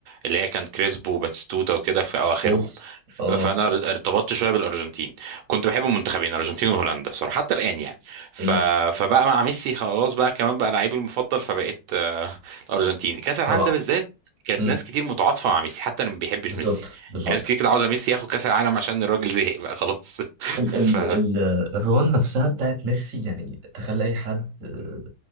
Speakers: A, on the right; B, on the right.
A: اللي هي كانت كريسبو وباتيستوتا وكده في اواخرهم
B: اوف اه
A: فانا ارتبطت شويه بالارجنتين كنت بحب المنتخبين الارجنتين وهولندا صراحه حتى الان يعني ف...
B: امم
A: فبقى مع ميسي خلاص بقى كمان بقى لعيبي المفضل فبقيت آه، الارجنتين كاس العالم
B: طبعا
A: ده بالذات كانت
B: امم
A: ناس كتير متعاطفه مع ميسي حتى اللي ما بيحبش
B: بالظبط
A: ميسي
B: بالظبط
A: يعني ناس كتير كده عاوزه ميسي ياخد كاس العالم عشان الراجل زهق بقى خلاص <laughs>
B: ال
A: ف
B: ال ال الرون نفسها بتاعت ميسي يعني تخلي اي حد آه،